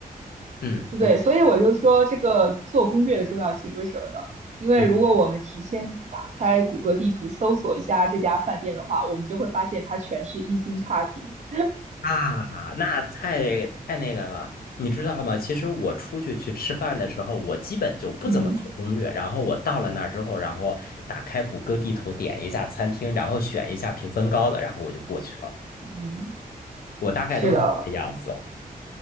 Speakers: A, on the left; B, on the right.
A: 嗯，我
B: 对，所以我就说这个做攻略的重要性，为什么呢？因为如果我们提前打开谷歌地图搜索一下这家饭店的话，
A: 对
B: 我们就会发现它全是一星差评。
A: 啊，那太太那个了，你知道吗？其实我出去去吃饭的时候，我基本就不怎么做攻略。
B: 嗯
A: 然后我到了那儿之后，然后打开谷歌地图，点一下餐厅，然后选一下评分高的，然后我就过去了。
B: 嗯，
A: 我大概都是这个样子。
B: 是的。